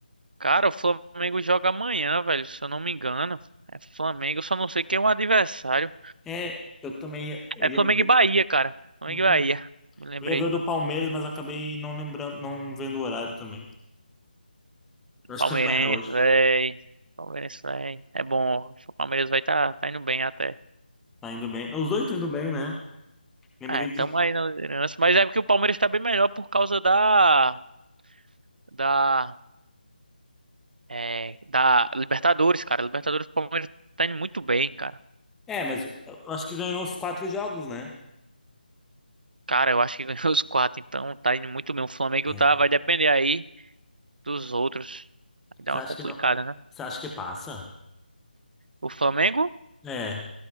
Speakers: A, on the right; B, in the centre.
A: Cara, o Flamengo joga amanhã, velho, se eu não me engano. É Flamengo, eu só não sei quem é o adversário.
B: É, eu também ia, eu
A: É
B: ia
A: Flamengo
B: ver,
A: e Bahia, cara. Flamengo
B: hum,
A: e Bahia. Me lembrei.
B: eu ia ver o do Palmeiras, mas acabei não lembrando, não vendo o horário também. Eu acho
A: Palmeirense,
B: que não era hoje.
A: véi. Palmeirense, véi. É bom. O Palmeiras vai tá, tá indo bem até.
B: Tá indo bem. Os dois estão indo bem, né? Lembrei
A: É, tamo
B: de.
A: aí na liderança. Mas é porque o Palmeiras tá bem melhor por causa da. Da. É, da Libertadores, cara. Libertadores, o Palmeiras tá indo muito bem, cara.
B: É, mas eu eu acho que ganhou os quatro jogos, né?
A: Cara, eu acho que <laughs> ganhou os quatro, então tá indo muito bem. O Flamengo
B: É.
A: tá, vai depender aí dos outros. Vai dar
B: Você
A: uma
B: acha
A: complicada,
B: que não.
A: né?
B: Você acha que passa?
A: O Flamengo.
B: É,